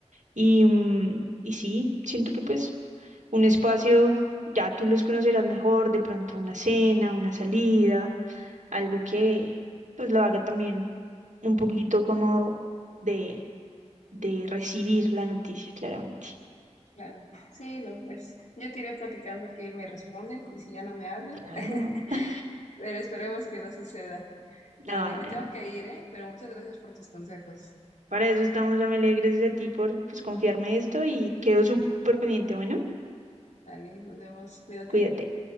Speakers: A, on the right; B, on the left.
A: Y, mm, y sí, siento que pues un espacio, ya tú los conocerás mejor, de pronto una cena, una salida, algo que pues lo haga también un poquito como de, de recibir la noticia, claramente.
B: Claro, sí, no, pues yo te iré platicando que me responden y si ya no me hablan,
A: Claro.
B: <laughs> pero esperemos que no suceda.
A: No,
B: Dale, me
A: no,
B: tengo
A: no.
B: que ir, ¿eh? Pero muchas gracias por tus consejos.
A: Para eso estamos, Amelia, gracias a ti por pues confiarme esto y quedo súper pendiente. Bueno,
B: Dale, nos vemos, cuídate.
A: cuídate.